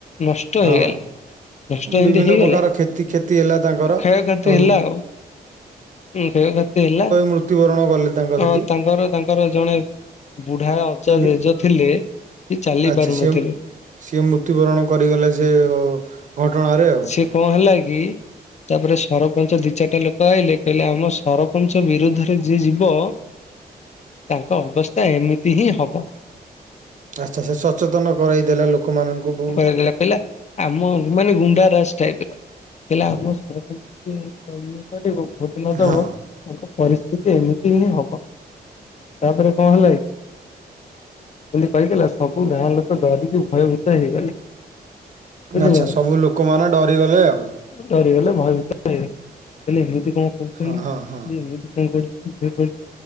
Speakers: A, on the left (about 45°); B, on the right (about 50°).
A: ନଷ୍ଟ
B: ହଁ
A: ହେଇଗଲା। ନଷ୍ଟ ଏମିତି
B: ବିଭିନ୍ନ
A: ହେଇଗଲା
B: ପ୍ରକାର କ୍ଷତି କ୍ଷତି ହେଲା ତାଙ୍କର
A: କ୍ଷୟକ୍ଷତି
B: ଉ
A: ହେଲା ଆଉ କ୍ଷୟକ୍ଷତି ହେଲା
B: ମୃତ୍ୟୁବରଣ
A: ଅ
B: କଲେ ତାଙ୍କ ସେଠି
A: ତାଙ୍କର ତାଙ୍କର ଜଣେ ବୁଢା ଅଜା
B: ବି
A: ଜେଜ ଥିଲେ ସେ ଚାଲି
B: ଆଚ୍ଛା
A: ପାରୁନଥିଲେ।
B: ସିଏ ସିଏ ମୃତ୍ୟୁବରଣ କରିଗଲେ ସେ ଘଟଣାରେ ଆଉ।
A: ସେ କଣ ହେଲା କି ତାପରେ ସରପଞ୍ଚ ଦି ଚାରିଟା ଲୋକ ଆଇେ କହିଲେ ଆମ ସରପଞ୍ଚ ବିରୁଦ୍ଧରେ ଯିଏ ଯିବ। ତାଙ୍କ ଅବସ୍ଥା ଏମିତି ହିଁ ହବ।
B: ଆଚ୍ଛା ସେ ସଚେତନ କରାଇଦେଲେ ଲୋକମାନଙ୍କୁ କୁ।
A: <unintelligible> କହିଲା। ଆମ ମାନେ ଗୁଣ୍ଡାରସ ଟାଇପ ର। ହେଲେ ଆମ ସରପଞ୍ଚ <unintelligible> ଭୋଟ ନଦବ
B: ହଁ
A: ତାଙ୍କ ପରି। ସେ ଏମିତି ହିଁ ହବ ତାପରେ କଣ ହେଲା କି ଏମିତି କହିଥିଲା ସବୁ ଗାଁ ଲୋକ ଡରିକି ଭୟଭୀତ ହେଇଗଲେ। ବୁଝିଲେ
B: ଆଚ୍ଛା
A: ନା
B: ସବୁ ଲୋକମାନେ ଡରିଗଲେ ଆଉ।
A: ଡରିଗଲେ ଭୟଭୀତ ହେଇଗଲେ ହେଲେ ଏମିତି କଣ କରୁଛନ୍ତି
B: ହଁ ହଁ ହଁ
A: ଯେ ଏମିତି କଣ କରୁଛି। <unintelligible>